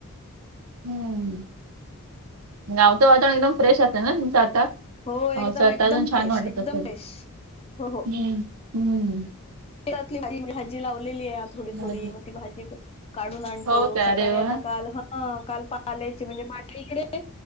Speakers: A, on the right; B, on the left.
A: हम्म. गावचं वातावरण एकदम फ्रेश असेल न तुमच आता?
B: हो, एकदम
A: पावसाळ्यात
B: एकदम
A: तर अजून छान
B: फ्रेश,
A: वाटत
B: एकदम
A: असेल
B: फेश, हो हो.
A: हम्म हम्म.
B: <unintelligible> भाजी लावलेली आहे थोडी
A: अच्छा,
B: थोडी
A: अच्छा.
B: मग ती भाजी काढून आणतो.
A: हो काय
B: सकाळी
A: अरे वा
B: आता काल ह काल पाल्याची म्हणजे माठं इकडे